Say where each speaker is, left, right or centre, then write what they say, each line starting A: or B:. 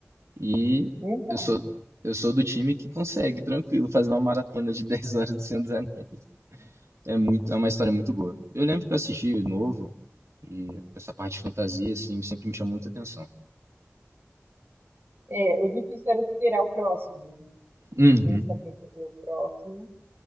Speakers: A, on the right (about 75°); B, on the right (about 45°).
A: e
B: Então,
A: eu sou, eu sou do time que consegue, tranquilo, fazer uma maratona de 10 horas do Senhor dos Anéis. É muito, é uma história muito boa. Eu lembro que eu assisti novo, e essa parte de fantasia, assim, sempre me chamou muita atenção.
B: é, o difícil era esperar o próximo, né?
A: Uhum.
B: Eu tenho que saber que tem o próximo.